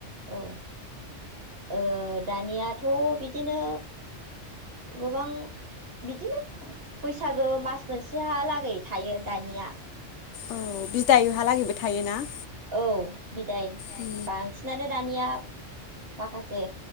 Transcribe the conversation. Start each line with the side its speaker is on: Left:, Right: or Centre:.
Right: औ ओ दानियाथ बिदिनो गोबां बिदिनो बैसाग गो मास मोनसेहालागै थायो दानिया
Left: औ बिदायहालागैबो थायोना
Right: औ बिदाय
Left: उम
Right: बांसिनानो दानिया माखासे